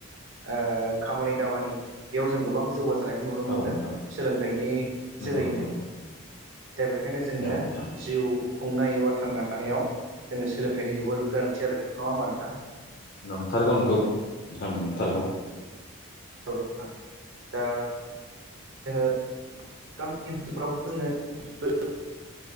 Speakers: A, on the right; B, on the left.
A: ओ खामानि दामानि बेयाव जों गोबां मोसानायखौ नुनो मोन्दों
B: औ नोंथां
A: सोलोंथाइनि
B: नंगौ
A: जोहैनो
B: नंगौ नोंथां
A: दा बेखायनो जोंनो
B: औ नोंथां
A: जिउ खुंनायाव थांना थानायाव जोंनो सोलोंथाइनि जोबोर गोनांथि आरो नङा होमबा नोंथां
B: नंथारगौ नोंगौ आं नथारगौ
A: द दा जोङो गामि ओनसोलफ्रावबो जोङो